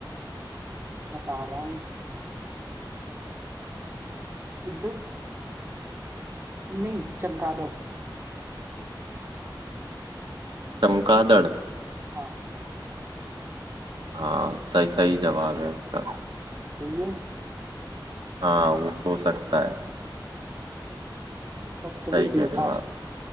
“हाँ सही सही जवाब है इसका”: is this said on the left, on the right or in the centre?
Right